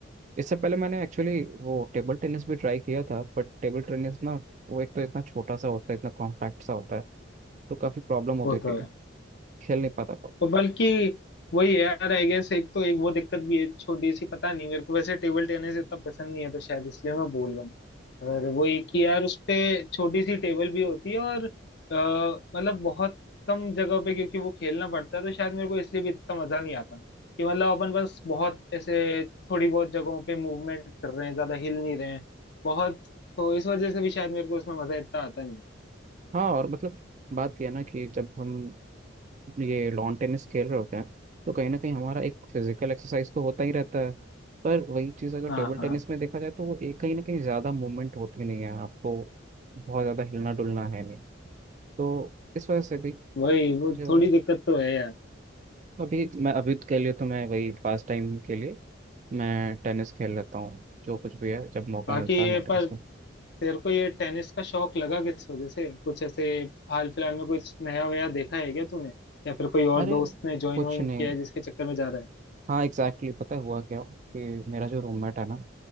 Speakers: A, on the right (about 35°); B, on the left (about 55°).
A: इससे पहले मैंने एक्चुअली वो टेबल टेनिस भी ट्राई किया था बट टेबल टेनिस ना वो एक तो इतना छोटा सा होता है इतना कॉम्पैक्ट सा होता है तो काफ़ी प्रॉब्लम होती
B: वो
A: थी
B: तो है
A: खेल नहीं पाता था
B: और बल्कि वही है यार आई गेस एक तो एक वो दिक्कत भी है छोटी सी पता नहीं मेरे को वैसे टेबल टेनिस इतना पसंद नहीं है तो शायद इसलिए मैं बोल रहा हूँ और वो एक ही यार उस पे छोटी सी टेबल भी होती है और अ, मतलब बहुत कम जगह पे क्योंकि वो खेलना पड़ता है तो शायद मेरे को इसलिए भी इतना मजा नहीं आता कि मतलब अपन बस बहुत ऐसे थोड़ी बहुत जगहों पे मूवमेंट कर रहे हैं ज्यादा हिल नहीं रहे हैं बहुत तो इस वजह से भी शायद मेरे को उसमें मजा इतना आता नहीं
A: हाँ और मतलब बात यह है ना कि जब हम ये लॉन टेनिस खेल रहे होते हैं तो कहीं ना कहीं हमारा एक फिजिकल एक्सरसाइज तो होता ही रहता है पर वही चीज़ अगर
B: हाँ
A: टेबल
B: हाँ
A: टेनिस में देखा जाए तो वो एक कहीं ना कहीं ज़्यादा मूवमेंट होती नहीं है आपको बहुत ज़्यादा हिलना डुलना है नहीं तो इस वजह से भी
B: वही वो
A: जो
B: थोड़ी दिक्कत तो है यार
A: अभी मैं अभी के लिए तो मैं वही पास टाइम के लिए मैं टेनिस खेल लेता हूँ जो कुछ भी है जब मौका
B: बाकी
A: मिलता है
B: ये
A: मैं टेनिस
B: पर
A: खेल
B: तेरे को ये टेनिस का शौक लगा किस वजह से कुछ ऐसे हाल फिलहाल में कुछ नया वया देखा है क्या तूने या फिर कोई और
A: अरे
B: दोस्त ने ज्वाइन
A: कुछ
B: वाइन
A: नहीं
B: किया है जिसके चक्कर में जा रहा है
A: हाँ एग्जैक्टली exactly, पता है हुआ क्या कि मेरा जो रूममेट है ना